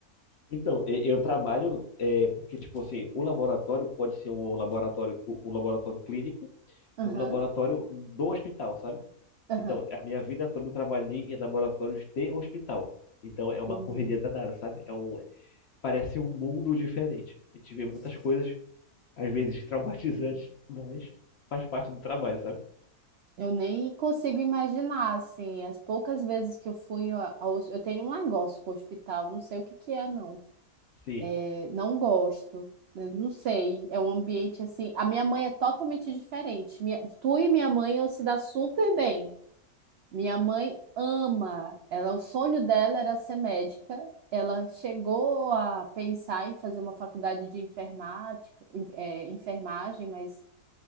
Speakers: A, on the left (about 60°); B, on the right (about 75°).
A: Então, e- eu trabalho é, porque tipo assim, o laboratório pode ser um laboratório um um laboratório clínico
B: Aham,
A: e um laboratório do hospital, sabe?
B: aham,
A: Então, a minha vida toda eu trabalhei em laboratórios de hospital. Então, é uma
B: entendi.
A: correria danada, sabe? É um parece um mundo diferente. E tive muitas coisas às vezes traumatizantes, mas faz parte do trabalho, sabe?
B: Eu nem consigo imaginar, assim, as poucas vezes que eu fui a- ao... hos- Eu tenho um negócio com o hospital, não sei o que que é, não.
A: Sim.
B: É, Não gosto, né, não sei. É um ambiente, assim... A minha mãe é totalmente diferente. Minha... Tu e minha mãe, iam se dar super bem. Minha mãe ama, ela, o sonho dela era ser médica. Ela chegou a pensar em fazer uma faculdade de enfermática, en- é, enfermagem, mas